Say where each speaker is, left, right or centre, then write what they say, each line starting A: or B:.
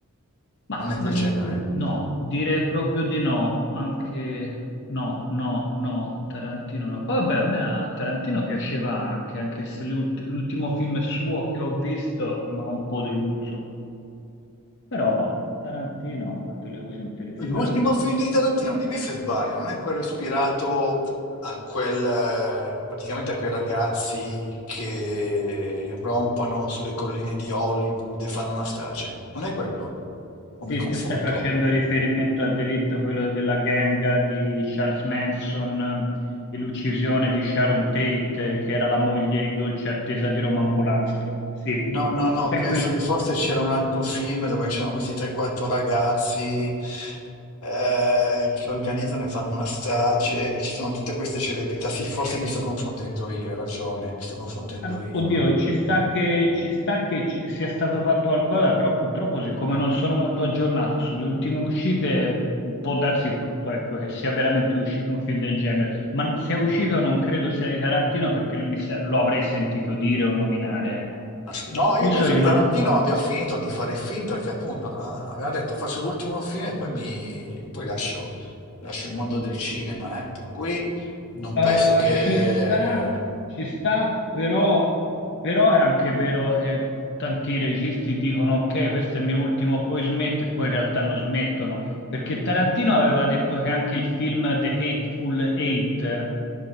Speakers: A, on the left; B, on the left.
A: Ma
B: non è
A: mh,
B: quel genere.
A: no, direi proprio di no, anche no, no, no, Tarantino no. Poi vabbè, a me a Tarantino piaceva anche, anche se le ult- l'ultimo film suo che ho visto mi ha un po' deluso, però Tarantino ha fatto le cose interessanti.
B: L'ultimo film di Tarantino, dimmi se sbaglio, non è quello ispirato a quel, eh, praticamente a quei ragazzi che irrompono sulle colline di Hollywood e fanno una strage? Non è quello? O mi
A: Sì,
B: confondo?
A: ti stai facendo riferimento al delitto, quello della gang di Charles Manson eh, e l'uccisione di Sharon Tate, eh, che era la moglie in dolce attesa di Roman Polanski. Sì,
B: No, no, no,
A: c'è
B: penso
A: quel...
B: che forse c'era un altro film dove c'erano questi 3-4 ragazzi eh, che organizzano e fanno una strage e ci sono tutte queste celebrità. Sì, forse mi sto confondendo io, hai ragione, mi sto confondendo
A: An-
B: io.
A: Oddio, ci sta
B: Mm.
A: che, ci sta che ci- sia stato fatto qualcosa, però purtroppo, siccome non sono molto aggiornato sulle ultime uscite, può darsi tutto, ecco, che sia veramente uscito un film del genere. Ma se è uscito non credo sia di Tarantino perché mi sa- lo avrei sentito dire o nominare, ecco.
B: As- No, io
A: Io
B: penso
A: sono rimasto.
B: che Tarantino abbia finito di fare il film perché appunto a- aveva detto faccio l'ultimo film e poi, mi, e poi lascio, lascio il mondo del cinema, eh. Per cui non
A: Eh,
B: penso che...
A: ci sta, ci sta, però, però è anche vero che tanti registi dicono ok, questo è il mio ultimo, poi smetto e poi in realtà non smettono, perché Tarantino aveva detto che anche il film The Hateful Eight, eh,